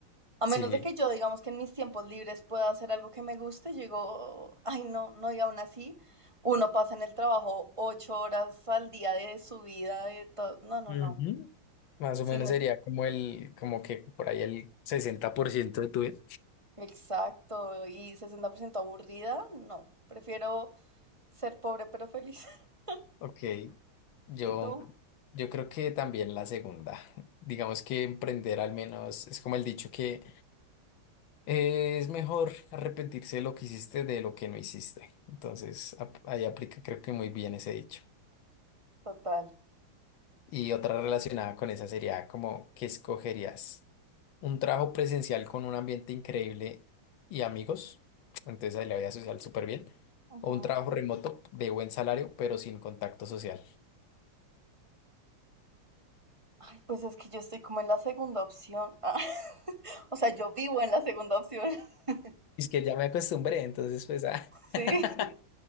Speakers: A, on the right; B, on the left.
A: A
B: Sí,
A: menos de que yo, digamos que en mis tiempos libres pueda hacer algo que me guste, yo digo, ay, no, no, y aún así, uno pasa en el trabajo ocho horas al día de su vida, de todo. No, no,
B: Ujú.
A: no.
B: más
A: Sino,
B: o menos sería como el, como que por ahí el 60% de tu vida.
A: exacto, y 60% aburrida, no. Prefiero ser pobre pero feliz. <laughs>
B: Ok, yo,
A: ¿Y tú?
B: yo creo que también la segunda. <laughs> Digamos que emprender al menos es como el dicho que eh, es mejor arrepentirse de lo que hiciste de lo que no hiciste. Entonces, ap- ahí aplica creo que muy bien ese dicho.
A: Total.
B: Y otra relacionada con esa sería como, ¿qué escogerías? ¿Un trabajo presencial con un ambiente increíble y amigos? Entonces ahí la vida social súper bien.
A: Ujú.
B: ¿O un trabajo remoto de buen salario pero sin contacto social?
A: Ay, pues es que yo estoy como en la segunda opción. <laughs> Ah, O sea, yo vivo en la segunda opción. <laughs>
B: Es que ya me acostumbré, entonces pues, ah, <laughs>
A: Sí.